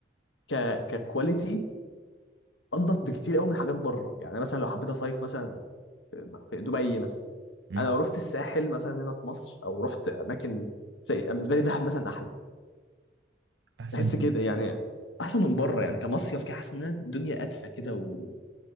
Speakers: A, on the left (about 80°); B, on the right (about 70°).
A: ك ككواليتي انضف بكتير قوي من حاجات بره يعني مثلا لو حبيت اصيف مثلا في في دبي مثلا
B: مم.
A: انا لو رحت الساحل مثلا هنا في مصر او رحت اماكن زي بالنسبه لي دهب مثلا احلى
B: احسن
A: بحس
B: من-
A: كده يعني احسن من بره يعني كمصيف كده حاسس انها الدنيا ادفى كده و...